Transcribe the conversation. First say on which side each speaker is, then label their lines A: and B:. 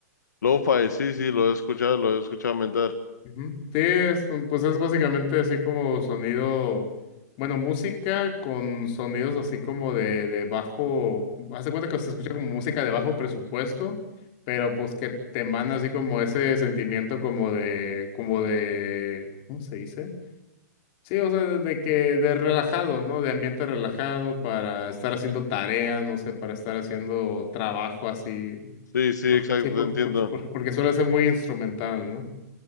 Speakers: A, on the left; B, on the left.
A: Lo-fi, sí, sí, lo he escuchado, lo he escuchado mentar.
B: Ujú. Sí, es, mm, pues es básicamente así como sonido, bueno, música con sonidos así como de, de bajo, hace cuenta que se escucha como música de bajo presupuesto, pero pues que te emana así como ese sentimiento como de, como de, ¿cómo se dice? Sí, o sea, de de que de relajado, ¿no? De ambiente relajado para estar haciendo tarea, no sé, para estar haciendo trabajo así.
A: Sí, sí,
B: Porque,
A: exacto,
B: sí, porque,
A: te entiendo.
B: porque, porque, porque suele ser muy instrumental, ¿no?